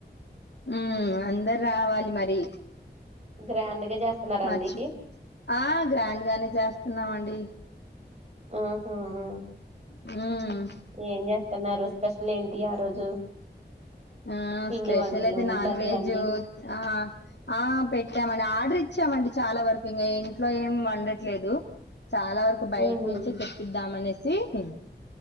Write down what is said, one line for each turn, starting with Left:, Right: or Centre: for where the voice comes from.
Left: హ్మ్ అందరు రావాలి మరి
Right: గ్రాండ్ గా చేస్తున్నారండి
Left: మర్చి ఆ గ్రాండ్ గానే చేస్ ఉన్నామండి
Right: ఆహా ఆ
Left: హ్మ్
Right: ఏం చేస్తున్నారు స్పెషల్ ఏంటి ఆ రోజు
Left: ఆ
Right: పిండి
Left: స్పెషల్
Right: వంటలు
Left: అయితే నాన్
Right: ఇట్లాంటివి
Left: వెజు
Right: అన్నీ
Left: ఆ ఆ పెట్టామండి ఆర్డరిచ్ ఇచ్చామండి చాలా వరకు ఇంగ ఇంట్లో ఏం వండట్లేదు చాలా వరకు బయట
Right: ఉహు
Left: నుంచే తెప్పిద్దామనేసి సీ